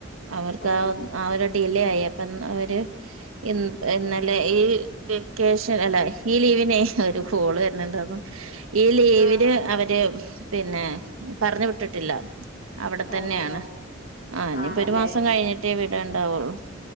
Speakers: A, on the right; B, on the left.
A: അവർക്ക്
B: ഓ
A: ഡിലേ ആ അ അവര് ഇന്നലേ ഈ വെക്കേഷൻ അല്ല ഈ ലീവിനെ കോള് വരുന്നുണ്ട് അപ്പം ഈ ലീവിന്
B: ആ
A: അവര് പിന്നെ പറഞ്ഞ വിട്ടിട്ടില്ല അ
B: ഓ
A: തന്നെയാണ്
B: ഓ
A: ആ ഇനിയിപ്പോ
B: ആണല്ലേ
A: ഒരു മാസം കഴിഞ്ഞിട്ടേ വിട ഉണ്ടാവുള്ളു